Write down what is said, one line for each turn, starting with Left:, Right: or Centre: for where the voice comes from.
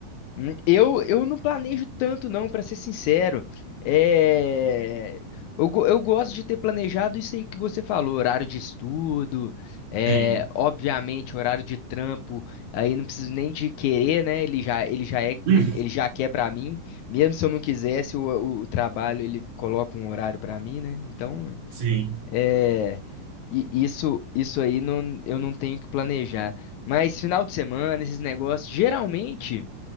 Left: Hum, Eu, eu não planejo tanto, não, pra ser sincero. É, eu, go- eu gosto de ter planejado isso aí que você falou, horário de estudo, é,
Right: Sim.
Left: obviamente horário de trampo, aí não preciso nem de querer, né? Ele já, ele já é, ele,
Right: <laughs>
Left: ele
Right: Hum,
Left: já quer pra mim, mesmo se eu não quisesse, o, o, o trabalho ele coloca um horário pra mim, né? Então,
Right: Sim,
Left: é, i- isso, isso aí não, eu não tenho que planejar. Mas final de semana, esses negócios, geralmente.